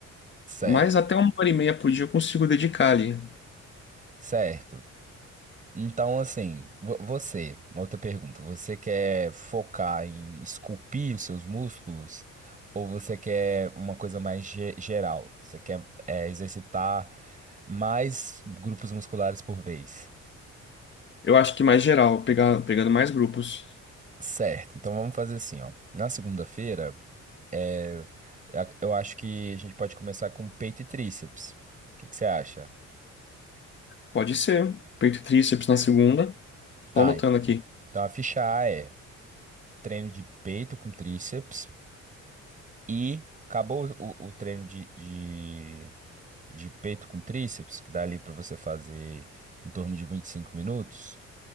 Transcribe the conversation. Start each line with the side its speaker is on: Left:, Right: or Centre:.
Right: Certo,
Left: Mas até uma hora e meia por dia eu consigo dedicar ali.
Right: certo. Então, assim, vo- você, uma outra pergunta, você quer focar em esculpir os seus músculos ou você quer uma coisa mais ge- geral? Você quer é, exercitar mais grupos musculares por vez?
Left: Eu acho que mais geral, pegar, pegando mais grupos.
Right: Certo, então vamos fazer assim, ó. Na segunda-feira, é, a- eu acho que a gente pode começar com peito e tríceps. O que que você acha?
Left: Pode ser, peito e tríceps na segunda,
Right: Tá,
Left: tô anotando aqui.
Right: então a ficha A é treino de peito com tríceps e acabou o, o treino de, de, de peito com tríceps, que dá ali para você fazer em torno de 25 minutos.